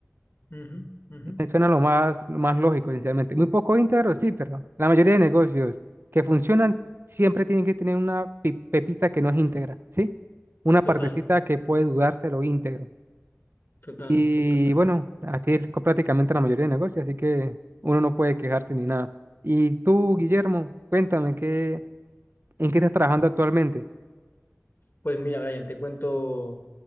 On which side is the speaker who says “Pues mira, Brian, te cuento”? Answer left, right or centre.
Left